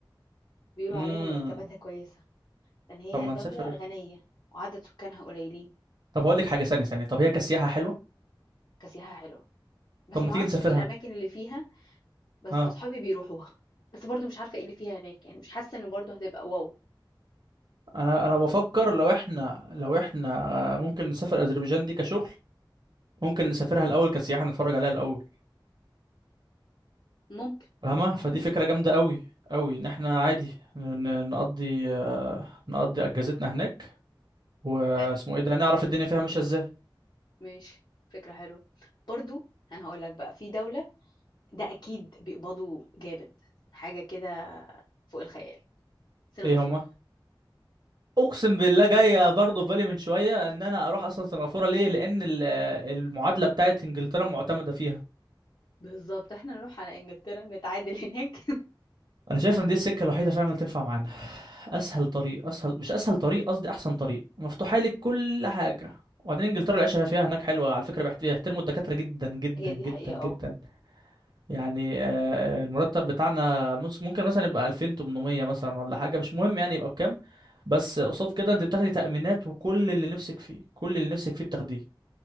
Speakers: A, on the left; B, on the right.
A: بيقولوا
B: امم
A: عليها مرتباتها كويسه لان هي
B: طب ما
A: دولة
B: نسافر
A: غنية وعدد سكانها قليلين
B: طب هقول لك حاجة ثانية ثانية طب هي كسياحة حلوة
A: كسياحة حلوة بس
B: طب ما
A: معرفش
B: تيجي نسافرها
A: في الاماكن اللي فيها بس
B: اه
A: اصحابي بيروحوها بس برضو مش عارفة ايه اللي فيها هناك يعني مش حاسة انه برضو هتبقى واو
B: انا انا بفكر لو احنا لو احنا ممكن نسافر اذربيجان دي كشغل ممكن نسافرها الاول كسياحه نتفرج عليها الاول
A: ممكن
B: فاهمه فدي فكره جامده قوي قوي ان احنا عادي ن- نقضي آه، نقضي اجازتنا هناك واسمه
A: حلو
B: ايه ده نعرف الدنيا فيها ماشيه ازاي
A: ماشي فكرة حلوة برضو انا هقول لك بقى في دولة ده اكيد بيقبضوا جامد حاجة كده فوق الخيال سنغافورة
B: ايه هما اقسم بالله جايه برضه في بالي من شويه ان انا اروح اصلا سنغافوره ليه لان ال- المعادله بتاعت انجلترا معتمده فيها
A: بالظبط احنا نروح على انجلترا نتعادل هناك
B: انا شايف ان دي السكه الوحيده فعلا اللي تنفع معانا اسهل طريق اسهل مش اسهل طريق قصدي احسن طريق مفتوحه لك كل حاجه وبعدين انجلترا العيشه فيها هناك حلوه على فكره بيحت- بيحترموا الدكاتره جدا
A: <laughs>
B: جدا
A: هي دي
B: جدا
A: حقيقة
B: جدا
A: اه
B: يعني آه، المرتب بتاعنا مس- ممكن مثلا يبقى 2800 مثلا ولا حاجه مش مهم يعني يبقى بكام بس قصاد كده انت بتاخدي تأمينات وكل اللي نفسك فيه كل اللي نفسك فيه بتاخديه